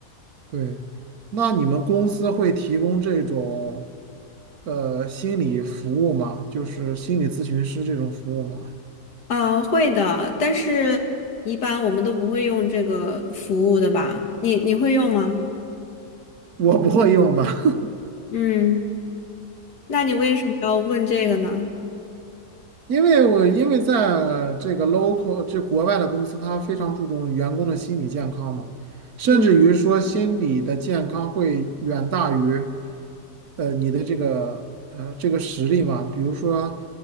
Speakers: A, on the right (about 65°); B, on the left (about 80°).
A: 对，那你们公司会提供这种呃心理服务吗？就是心理咨询师这种服务吗？
B: 啊，会的，但是一般我们都不会用这个服务的吧？你你会用吗？
A: 我不会用吧。<laughs>
B: 嗯，那你为什么要问这个呢？
A: 因为我因为在这个 local 这国外的公司，它非常注重员工的心理健康嘛，甚至于说心理的健康会远大于
B: 嗯
A: 呃你的这个呃这个实力嘛，比如说